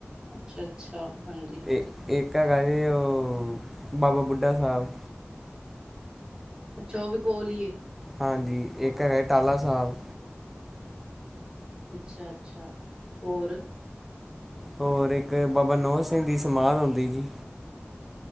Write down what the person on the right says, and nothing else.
ਅੱਛਾ- ਅੱਛਾ, ਹਾਂਜੀ
ਅੱਛਾ ਉਹ ਵੀ ਕੋਲ ਹੀ ਏ
ਅੱਛਾ, ਅੱਛਾ ਹੋਰ